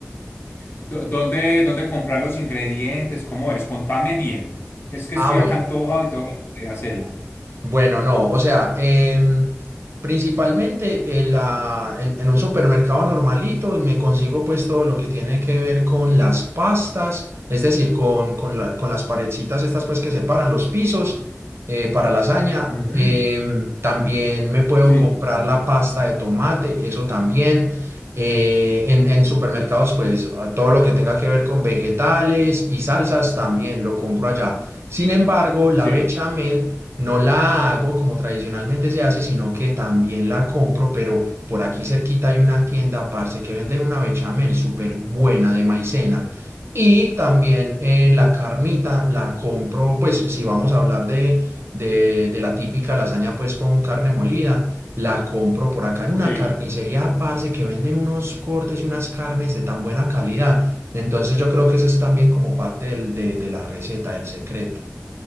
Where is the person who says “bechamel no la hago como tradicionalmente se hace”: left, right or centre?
Right